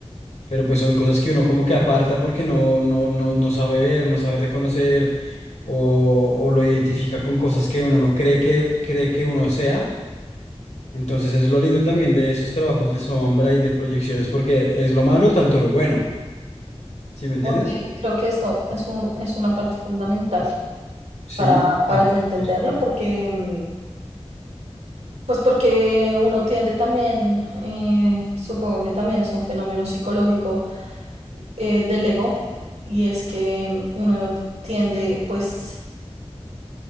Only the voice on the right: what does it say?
ok, creo que esto es un, es una parte fundamental
para, para
yo entenderlo,
porque, mm, pues porque uno tiende también, eh, supongo que también es un fenómeno psicológico eh, del ego, y es que mm, uno tiende pues